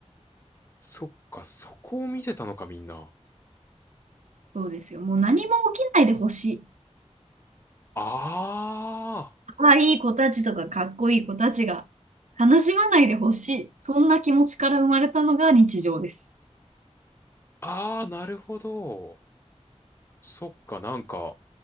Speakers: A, on the left; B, on the right.
A: そっか、そこを見てたのか、みんな。
B: そうですよ。もう何も起きないでほしい。
A: あ
B: 可愛い子たちとかかっこいい子たちが悲しまないでほしい。そんな気持ちから生まれたのが日常です。
A: あ、ああ、なるほど。そっか、なんか、